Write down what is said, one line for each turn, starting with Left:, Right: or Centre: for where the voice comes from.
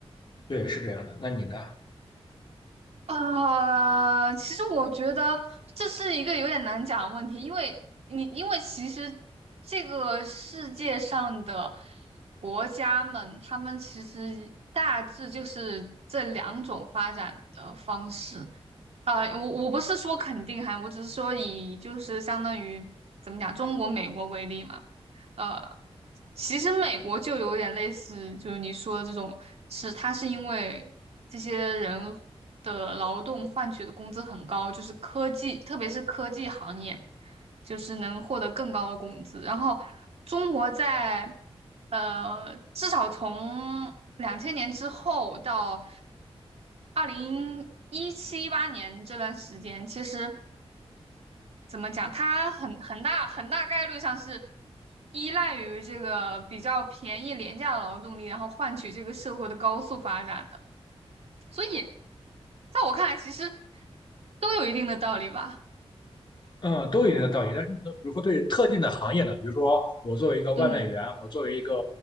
Left: 对，是这样的。那你呢？
Right: 呃，其实我觉得这是一个有点难讲的问题，因为你因为其实这个世界上的国家们，他们其实大致就是这两种发展的方式。啊、我我不是说肯定哈，我只是说以就是相当于怎么讲，中国、美国为例嘛。呃。其实美国就有点类似，就是你说的这种，是它是因为这些人的劳动换取的工资很高，就是科技，特别是科技行业，就是能获得更高的工资。然后中国在呃，至少从两千年之后到二零一七一八年这段时间，其实怎么讲？它很很大很大概率上是依赖于这个比较便宜廉价的劳动力，然后换取这个社会的高速发展的。所以，在我看来，其实都有一定的道理吧。
Left: 嗯，都有一定的道理。但是，比如说对特定的行业呢，比如说我作为一个外卖员，
Right: 嗯
Left: 我作为一个